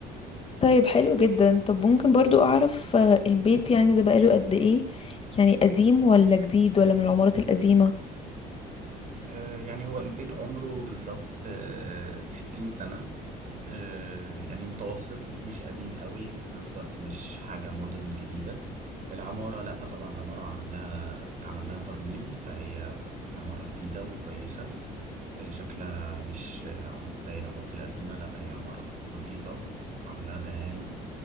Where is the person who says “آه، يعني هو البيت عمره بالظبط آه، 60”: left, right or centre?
Right